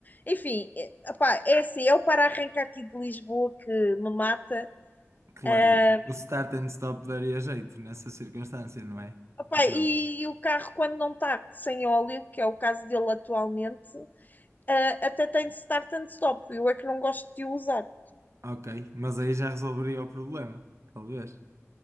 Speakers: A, on the left; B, on the right.
A: Enfim, é, opá, é assim, é o para-arranca aqui de Lisboa que me mata.
B: Claro,
A: Ah,
B: o start and stop daria jeito nessa circunstância, não é?
A: opá,
B: Aquilo.
A: e o carro, quando não está sem óleo, que é o caso dele atualmente, ah, até tem de start and stop. Eu é que não gosto de o usar.
B: Ok, mas aí já resolveria o problema, talvez.